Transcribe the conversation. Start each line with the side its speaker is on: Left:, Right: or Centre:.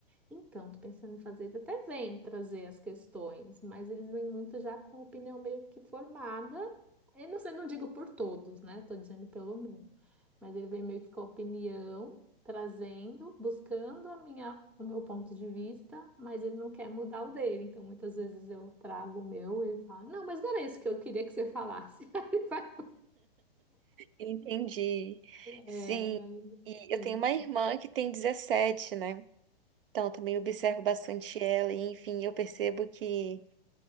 Centre: então, tô pensando em fazer. Eles até vêm trazer as questões, mas eles vêm muito já com a opinião meio que formada. Eu não sei, não digo por todos, né? Tô dizendo pelo meu. Mas ele vem meio que com a opinião trazendo, buscando a minha, o meu ponto de vista, mas ele não quer mudar o dele. Então, muitas vezes eu trago o meu, ele fala, não, mas não era isso que eu queria que você falasse. <laughs> Aí ele vai,
Right: Entendi. Sim.
Centre: é, mas
Right: E
Centre: sim.
Right: eu tenho uma irmã que tem 17, né? Então, eu também observo bastante
Centre: Deve estar-
Right: ela, e enfim, eu percebo que